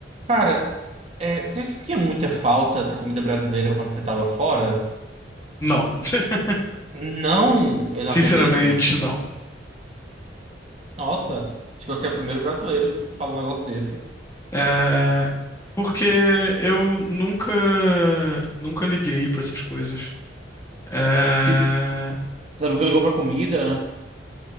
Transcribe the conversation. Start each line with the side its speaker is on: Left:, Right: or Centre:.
Right: Cara, é, você sentia muita falta de comida brasileira quando você tava fora?
Left: Não. <laughs>
Right: Não, eu
Left: Sinceramente,
Right: não acredito, não.
Left: não.
Right: Nossa, acho que você é o primeiro brasileiro que me fala um negócio desse.
Left: É, porque eu nunca, nunca liguei pra essas coisas. É,
Right: Tipo, você nunca ligou pra comida?